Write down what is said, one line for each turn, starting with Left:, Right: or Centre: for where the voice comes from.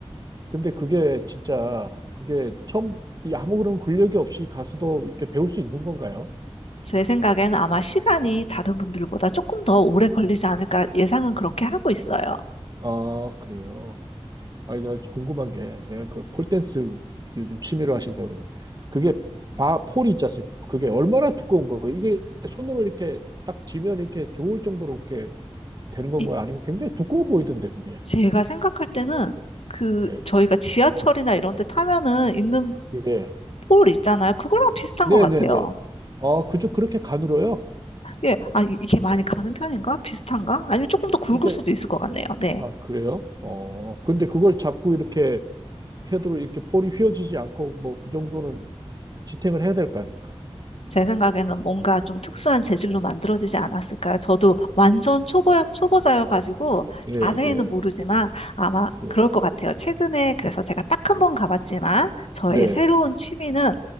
Right: 근데 그게 진짜, 그게 처음, 이 아무 그런 근력이 없이 가서도 이렇게 배울 수 있는 건가요?
Left: 제 생각에는 아마 시간이 다른 분들보다 조금 더 오래 걸리지 않을까 예상은 그렇게 하고 있어요.
Right: 아, 그래요. 아니, 나 궁금한 게, 내가 그 폴댄스 요즘 취미로 하신다고 그러는데, 그게 바, 폴이 있지 않습니까? 그게 얼마나 두꺼운 거예요? 이게 손으로 이렇게 딱 쥐면 이렇게 들어올 정도로 이렇게 되는 건가요?
Left: 이-
Right: 아니면 굉장히 두꺼워 보이던데, 그게.
Left: 제가 생각할 때는 그
Right: 예.
Left: 저희가 지하철이나 이런 데 타면은 있는
Right: 예.
Left: 볼 있잖아요. 그거랑 비슷한
Right: 네네네.
Left: 것 같아요.
Right: 아, 그저 그렇게 가늘어요?
Left: 예, 아, 이- 이게 많이 가는 편인가? 비슷한가? 아니면 조금 더 굵을
Right: 이게,
Left: 수도 있을 것 같네요. 네.
Right: 아, 그래요? 어, 근데 그걸 잡고 이렇게 패드로 이렇게 볼이 휘어지지 않고 뭐 그 정도는 지탱을 해야 될 거 아닙니까?
Left: 제 생각에는 뭔가 좀 특수한
Right: 네,
Left: 재질로 만들어지지 않았을까요? 저도 완전 초보, 초보자여가지고
Right: 네,
Left: 자세히는
Right: 네,
Left: 모르지만 아마
Right: 네,
Left: 그럴 것 같아요. 최근에 그래서 제가 딱 한
Right: 네.
Left: 번 가봤지만 저의
Right: 네.
Left: 새로운 취미는